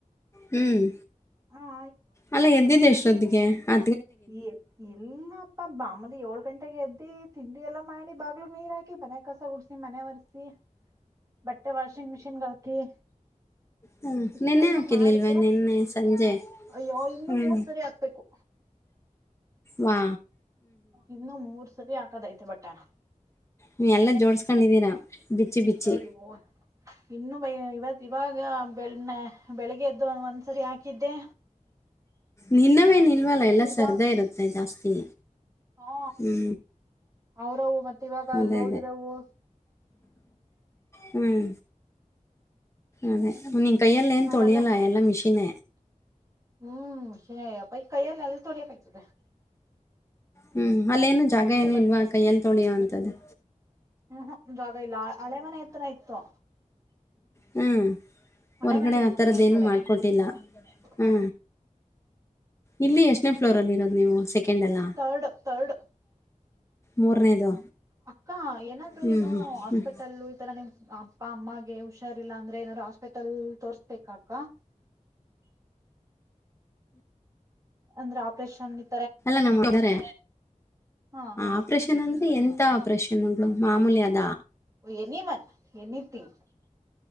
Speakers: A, on the left; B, on the right.
A: ಹ್ಮ್
B: ಹ
A: ಅಲ್ಲ ಎದ್ದಿದೆ ಎಷ್ಟೊತ್ತಿಗೆ ಆ
B: ಈ ಇಲ್ಲಪ್ಪ ಮಮೂಲಿ ಏಳ್ ಗಂಟೆಗೆ ಎದ್ದಿ ತಿಂಡಿ ಎಲ್ಲಾ ಮಾಡಿ ಬಾಗ್ಲುೂ ನೀರ್ ಹಾಕಿ ಮನೆ ಕಸ ಗುಡಿಸಿ ಮನೆ ಒರ್ಸಿ ಬಟ್ಟೆ ವಾಷಿಂಗ್ ಮೆಷಿನ್ ಗೆ ಹಾಕಿ
A: ಹ್ಮ
B: ಇಷ್ಟೆಲ್ಲ
A: ನಿನ್ನೇ ಹಾಕಿರ್ಲಿಲ್ವ
B: ಮಾಡ್ದೆ
A: ನಿನ್ನೇ ಸಂಜೆ
B: ಅಯ್ಯೋ ಇನ್ನು
A: ಹ್ಞೂ
B: ಮೂರ್ ಸರಿ ಹಾಕ್ಬೇಕು
A: ಹಾ
B: ಇನ್ನು ಮೂರ್ ಸರಿ ಹಾಕದೈತೆ ಬಟ್ಟೇಣ
A: ನೀ ಎಲ್ಲಾ ಜೋಡ್ ಸಿಡಿಕೋಡಿದೀರಾ ಬಿಚ್ಚಿ ಬಿಚ್ಚಿ
B: ಅಯ್ಯೋ ಇನ್ನು ಬೈ ಇವತ್ ಇವಾಗ ಬೆಳ್ ಬೆಳಿಗ್ಗೆ ಎದ್ದು ಒಂದ್ಸರಿ ಹಾಕಿದ್ದೆ
A: ನಿನ್ನವೇ ನಿಲ್ವಲ್ಲ ಎಲ್ಲ
B: ಇವಾಗ
A: ಸರ್ದೇ ಇರುತ್ತೆ ಜಾಸ್ತಿ
B: ಹಾ
A: ಹ್ಞೂ
B: ಅವ್ರವು ಮತ್ತೆ ಇವಾಗ
A: ಅದೇ
B: ಅಲ್ಲಿ ಹೋಗಿದವು
A: ಹ್ಮ್ ಅದೇ ನಿನ್ ಕೈಯಲ್ಲಿ ಏನ್
B: ಅವೆಲ್ಲ
A: ತೊಳಿಯಲ್ಲ ಎಲ್ಲಾ ಮಿಶಿನ್
B: ಹ್ಮ್ ಶಿನೇಪ್ಪ ಕೈಯ್ಯಲ್ಲ ಎಲ್ಲಿ ತೊಳಿಯಕಾಯ್ತದೆ
A: ಹ್ಮ್ ಅಲ್ಲೇನು ಜಾಗ ಏನು
B: ಬಟ್
A: ಇಲ್ವಾ ಕೈಯ್ಯಲ್ಲಿ ತೊಳಿಯೋ ಅಂತದ್ದ
B: ಹ್ಮ್ ಹ ಜಾಗ ಇಲ್ಲಾ ಹಳೆ ಮನೆ ಹತ್ತರ ಇತ್ತು
A: ಹ್ಞ
B: ಹಳೆ
A: ಹೊರಗಡೆ
B: ಮನೇಲಿ
A: ಆ
B: ಇತ್ತು
A: ಥರದ್ದೇನುೂ
B: ಮೇಲ್ಗಡೆ
A: ಮಾಡಿಕೊಟ್ಟಿಲ್ಲ ಹಾ
B: ಹ
A: ಇಲ್ಲಿ ಎಷ್ಟನೇ ಫ್ಲೋರ್ ಅಲ್ಲಿ ಇರೋದು ನೀವು ಸೆಕೆಂಡ್ ಎಲ್ಲ
B: ತರ್ಡ್ ತರ್ಡ್
A: ಮೂರನೇದು
B: ಅಕ್ಕ ಏನಾದ್ರು
A: ಹ್ಮ್
B: ನೀನು
A: ಹ್ಮ್
B: ಹಾಸ್ಪಿಟಲ್
A: ಹ್ಮ್
B: ಈ ತರ ನಿಮ್ ಅಪ್ಪ ಅಮ್ಮಾಗಗೆ ಹುಷಾರಿಲ್ಲಾ ಅಂದ್ರೆ ಏನಾದಾರರು ಹಾಸ್ಪಿಟಲ್ ತೋರ್ಸ್ಬೇಕ ಅಕ್ಕಾ <unintelligible> ಅಂದ್ರೆ ಆಪ್ರೇಷನ್ ಇ
A: ಅಲ್ಲ ನಮ್ಮರೆ
B: ಹಾ
A: ಆಪ್ರೇಷನ್ ಅಂದ್ರೆ ಎ ಎಂತಾ ಆಪ್ರೇಷನ್ ಗಳು ಮಾಮೂಲಿ ಆದ
B: ಎನಿ ಒನ್ ಎನಿಥಿಂಗ್